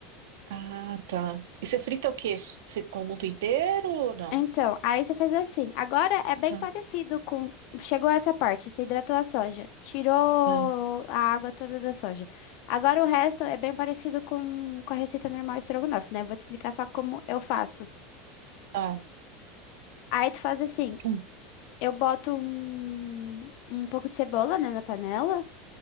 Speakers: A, on the right; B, on the left.
A: Ah, tá. E você frita o quê? Você, com algum tempero ou não?
B: Então, aí você faz assim. Agora é bem
A: Ah,
B: parecido com. Chegou essa parte, você hidratou a soja, tirou
A: ah,
B: a água toda da soja. Agora o resto é bem parecido com, com a receita normal estrogonofe, né? Vou te explicar só como eu faço.
A: ah.
B: Aí tu faz assim:
A: Hum,
B: eu boto um, um pouco de cebola, né, na panela,